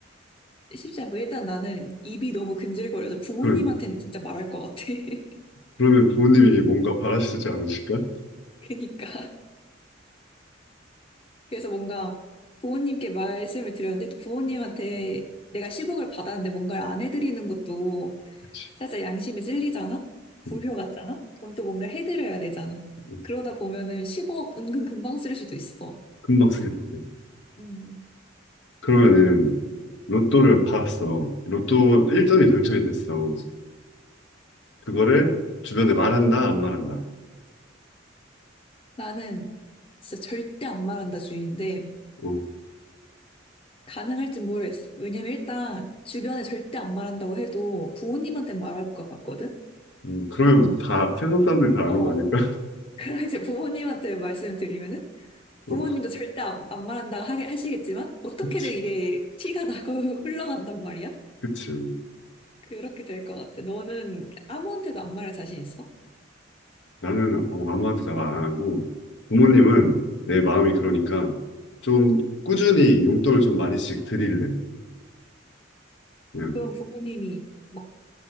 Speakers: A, on the left; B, on the left.
A: 쉽지 않고, 일단 나는 입이 너무 근질거려서 부모님한테는
B: 그러니까.
A: 진짜 말할 것 같아. <laughs>
B: 그러면 부모님이 뭔가 바라시지 않으실까?
A: 그니까. 그래서 뭔가 부모님께 말씀을 드렸는데 또 부모님한테 내가 10억을 받았는데 뭔가를 안 해드리는 것도
B: 그치.
A: 살짝 양심이 찔리잖아? 불효
B: 음,
A: 같잖아? 그럼 또 뭔가 해드려야 되잖아.
B: 음, 음.
A: 그러다 보면은 10억 은근 금방 쓸 수도 있어.
B: 금방 쓰겠다.
A: 음,
B: 그러면은 로또를 받았어 로또 1등이 당첨이 됐어. 그거를 주변에 말한다, 안 말한다.
A: 나는 진짜 절대 안 말한다 주의인데
B: 어,
A: 가능할진 모르겠어. 왜냐면 일단 주변에 절대 안 말한다고 해도 부모님한테 말할 것 같거든?
B: 음, 그러면 다, 세상 사람들이 다 아는
A: 어.
B: 거 아닐까? <laughs>
A: 그럼 이제 부모님한테 말씀을 드리면은
B: 어,
A: 부모님도 절대 안, 안 말한다고 하게 하시겠지만 어떻게든
B: 그치,
A: 이게 티가 나고 <laughs> 흘러간단 말이야.
B: 그치.
A: 그렇게 될 것 같아. 너는 아무한테도 안 말할 자신 있어?
B: 나는 어, 아무한테도 말 안 하고, 부모님은 내 마음이 그러니까 좀 꾸준히 용돈을 좀 많이씩 드릴래. 그냥
A: 그럼 부모님이 막